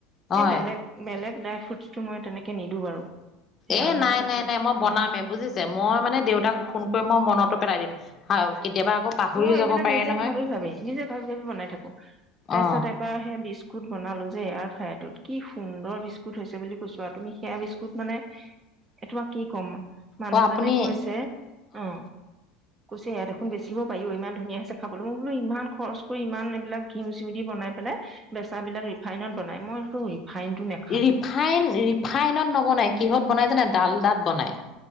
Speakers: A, on the left; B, on the right.
A: হয়
B: এই বেলেগ বেলেগ ড্ৰাই-ফ্ৰুটটো মই তেনেকে নিদো বাৰু। সেই
A: এ
B: আলমণ্ড
A: নাই,
B: থাকে
A: নাই, নাই। মই
B: অ
A: বনামে বুজি যে মই মানে দেউতাক ফোন কৰি মই মনতো পেলাই দিম। হা কেতিয়াবা আকৌ পাহৰি
B: মই
A: যাব
B: এইবিলাক
A: পাৰে
B: নিজে
A: নহয়
B: ভাবি ভাবি নিজে ভাবি ভাবি বনাই থাকোঁ। তাৰপিছত
A: অ
B: পাৰ সে বিস্কুট বনালোঁ যে এয়াৰ ফ্ৰায়াৰটোত, কি সুন্দৰ বিস্কুট হৈছে বুলি কৈছোঁ আৰু তুমি সেয়া বিস্কুট মানে
A: <inaudible>
B: এই তোমাক কি ক'ম? মানুহজনে
A: অ আপুনি
B: কৈছে- অ', কৈছে, এয়া দেখোন বেচিব পাৰি ইমান ধুনীয়া হৈছে খাবলৈ। মই বোলো ইমান খৰচ কৰি ইমান এইবিলাক ঘিউ চিউ দি বনাই পেলাই বেচা বিলাক ৰিফাইনত বনাই। মইটো ৰিফাইনটো নেপ
A: ৰিফাইন ৰিফাইনত ন'বনাই, কিহত বনাই জানে? ডালদাত বনায়।